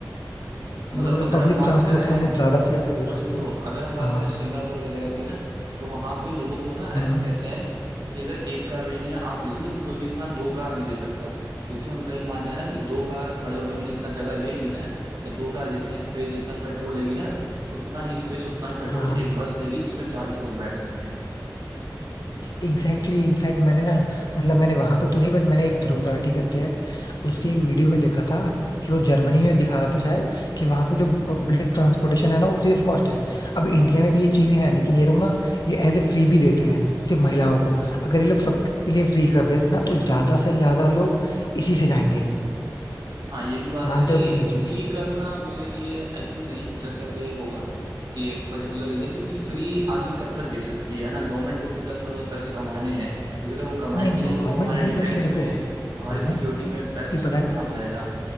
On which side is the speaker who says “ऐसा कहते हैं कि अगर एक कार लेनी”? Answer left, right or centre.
Right